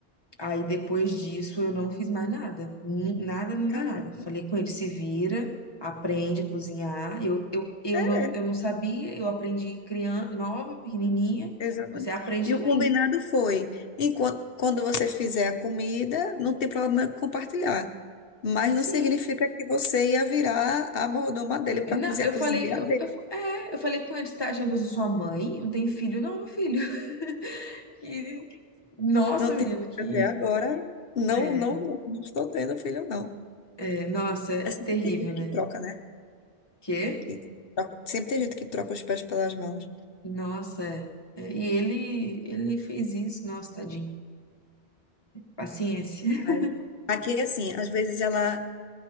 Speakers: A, on the left; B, on the left.
A: Aí depois disso eu não fiz mais nada. Nu- Nada, nada,
B: Caramba.
A: nada. Falei com ele: se vira, aprende a cozinhar. Eu, eu, eu,
B: É,
A: não, eu não sabia, eu aprendi criança, nova, pequenininha.
B: exatamente.
A: Você aprende
B: E
A: também.
B: o combinado foi, enquanto, quando você fizer a comida, não tem problema em compartilhar. Mas
A: Sim.
B: não significa que você ia virar a mordoma dele para
A: Não,
B: cozinhar
A: eu
B: a
A: falei,
B: cozinha
A: eu, eu- é, eu falei com ele, tá achando que eu sou sua mãe? Eu Não tem filho? Não, meu filho. <laughs> Que- nossa,
B: Não
A: menino,
B: tive
A: que.
B: filho até agora. Não,
A: É,
B: não, não, não estou tendo filho, não.
A: é, nossa, é
B: É sempre
A: terrível,
B: tem gente
A: né?
B: que troca, né?
A: Que?
B: Que troca- sempre tem gente que troca os pés pelas mãos.
A: Nossa, é. É, E ele, ele fez isso, nossa, tadinho. Paciência. <laughs>
B: Mas Aqui, assim, às vezes ela